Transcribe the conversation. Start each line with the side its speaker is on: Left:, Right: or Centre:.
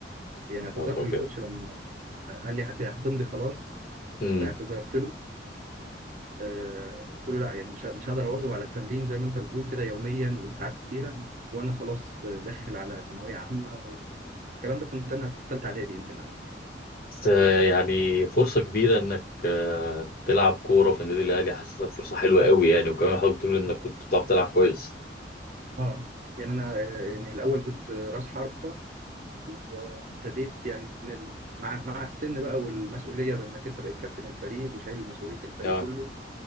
Right: يعني اعتذرت
Left: يا نهار أبيض
Right: للكوتش لما قال لي هت- هتمضي خلاص
Left: امم
Right: اعتذرت له آه، قلت له لا يعني مش ه- مش هقدر اواظب على التمرين زي ما انت بتقول كده يوميا وساعات كتيره وانا خلاص داخل على ثانويه عامه والكلام ده كنت انا في ثالثه اعدادي يمكن او
Left: بس
Right: أو اولى ثانوي
Left: يعني فرصة كبيرة انك آه، تلعب كورة في النادي الاهلي حاسسها فرصة حلوة قوي يعني وكمان حضرتك بتقول انك كنت بتعرف تلعب كويس
Right: اه يعني انا آه، يعني الاول كنت راس حربه وابتديت يعني من ال... مع مع السن بقى والمسؤوليه بانك انت بقيت كابتن الفريق وشايل مسؤوليه الفريق
Left: اه
Right: كله